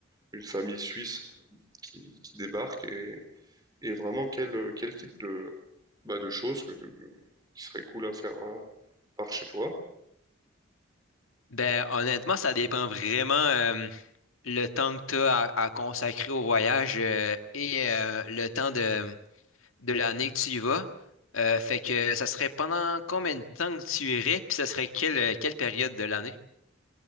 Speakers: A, on the right (about 20°); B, on the left (about 85°).
A: une famille suisse qui, qui débarque et, et vraiment quel, euh, quel type de, bah, de choses que, euh, qui serait cool à faire euh, par chez toi?
B: Ben, honnêtement, ça dépend vraiment euh, le temps que tu as à, à consacrer au voyage euh, et euh, le temps de, de l'année que tu y vas. Euh, fait que ça serait pendant combien de temps que tu irais, puis ça serait quelle, euh, quelle période de l'année?